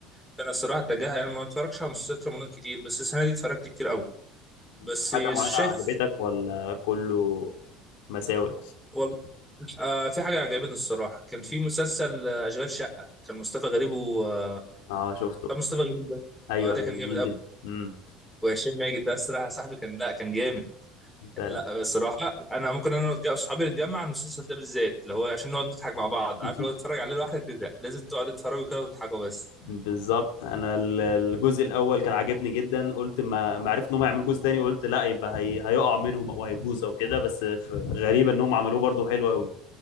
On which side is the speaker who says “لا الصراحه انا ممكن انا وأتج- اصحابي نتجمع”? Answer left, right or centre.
Centre